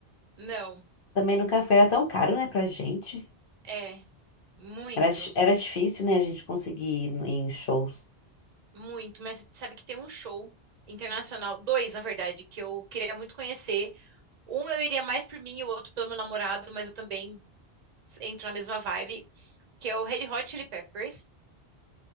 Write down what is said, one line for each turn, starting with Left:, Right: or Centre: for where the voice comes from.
Right: Não,
Left: Também no café era tão caro, né, pra gente.
Right: é, muito,
Left: Era, di- era difícil, né, a gente conseguir ir no- em shows.
Right: muito. Mas você sabe que tem um show internacional, dois, na verdade, que eu queria muito conhecer. Um eu iria mais por mim e o outro pelo meu namorado, mas eu também entro na mesma vibe, que é o Red Hot Chili Peppers.